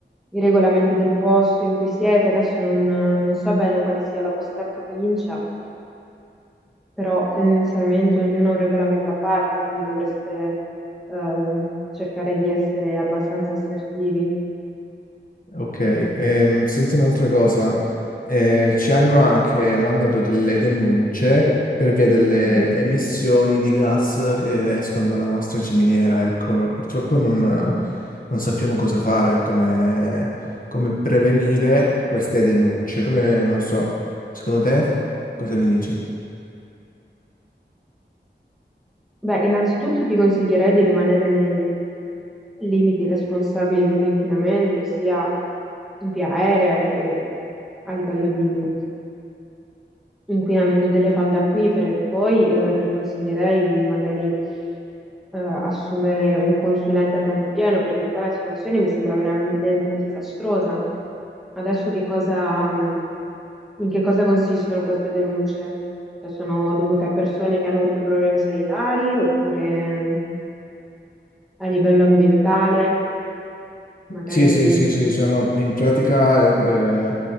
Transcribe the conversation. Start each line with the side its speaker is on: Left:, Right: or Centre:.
Centre: i regolamenti del posto in cui siete, adesso non, non so bene quale sia la vostra provincia, però tendenzialmente ognuno ha un regolamento a parte, quindi dovreste ehm, cercare di essere abbastanza assertivi.
Left: Ok, ehm, senti un'altra cosa, eh, ci hanno anche mandato delle denunce per via delle
Centre: Mhm.
Left: emissioni di gas che escono dalla nostra ciminiera, ecco, purtroppo non, non sappiamo cosa fare, come, come prevenire queste denunce, come, non so, secondo te cosa mi dici?
Centre: Beh, innanzitutto ti consiglierei di rimanere nei limiti responsabili dell'inquinamento, sia in via aerea che a livello di inquinamento delle falde acquifere. Poi eh, ti consiglierei di magari eh, assumere un consulente a tempo pieno perché qua la situazione mi sembra veramente disastrosa. Adesso che cosa, in che cosa consistono queste denunce? Cioè, sono dovute a persone che hanno avuto problemi sanitari oppure mm, a livello ambientale, magari...
Left: Sì, sì, sì, sì, sono in pratica eh,